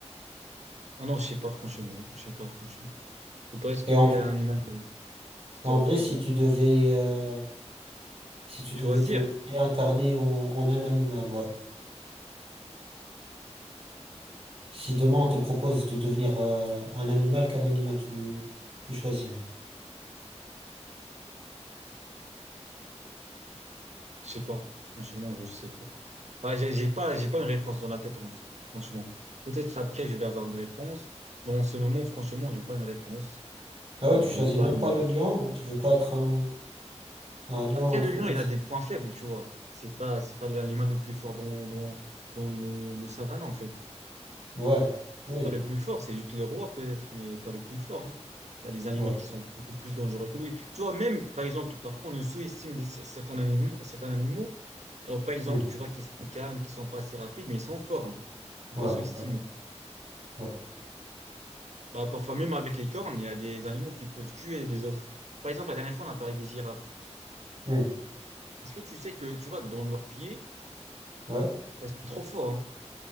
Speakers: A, on the right; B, on the right.
A: Ah non, je sais pas franchement. Je sais pas franchement. Et toi, est-ce qu'il
B: Et en, v-
A: y a un animal qui
B: en
A: te représente?
B: vrai, si tu devais, euh, si tu devais
A: Choisir?
B: te réincarner en, en un animal, ouais. Si demain on te propose de devenir euh, un animal, quel animal tu, tu choisirais?
A: Je sais pas. Franchement, je sais pas. Bah, j'ai j'ai pas, j'ai pas une réponse dans la tête, en- franchement. Peut-être après, je vais avoir une réponse. Mais en ce moment, franchement, j'ai pas une réponse.
B: Ah ouais,
A: Euh,
B: tu
A: j'ai
B: choisis
A: pas
B: même
A: une
B: pas
A: ré-
B: le lion, hein. tu veux pas être un, un lion,
A: Après,
B: un truc
A: le lion,
B: comme
A: il
B: ça.
A: a des points faibles, tu vois. C'est pas, c'est pas l'animal le plus fort dans, dans, dans le, le savane, en fait.
B: Ouais, oui,
A: Pas le plus fort, c'est juste le roi peut-être, mais pas le plus fort. hein. Il y a des animaux
B: ouais,
A: qui sont beaucoup plus dangereux que lui. Tu vois, même, par exemple, parfois on nous sous-estime des- certains animaux, certains animaux. Alors, par exemple,
B: hmm,
A: tu vois qu'ils sont calmes, qu'ils sont pas assez rapides, mais ils sont forts. Hein. Faut
B: ouais,
A: pas sous-estimer.
B: ouais, ouais,
A: Bah, parfois, même avec les cornes, il y a des animaux qui peuvent tuer des autres. Par exemple, la dernière fois, on a parlé des girafes.
B: hmm,
A: Est-ce que tu sais que, tu vois, dans leurs pieds,
B: ouais.
A: elles sont trop forts. hein.